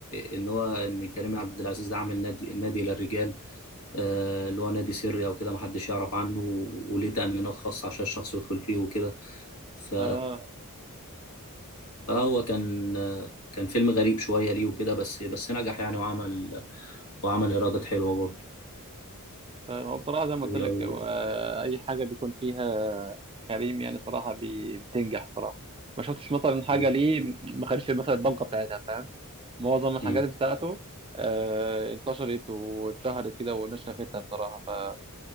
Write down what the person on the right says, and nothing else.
اه
طيب هو بصراحة زي ما قلت
لك هو أي حاجة بيكون فيها كريم يعني صراحة بي- بتنجح صراحة ما شفتش مثلا حاجة
ليه ما خدش مثلا الضجة بتاعتها فاهم معظم الحاجات
بتاعته آه انتشرت واتشهرت كده والناس شافتها بصراحة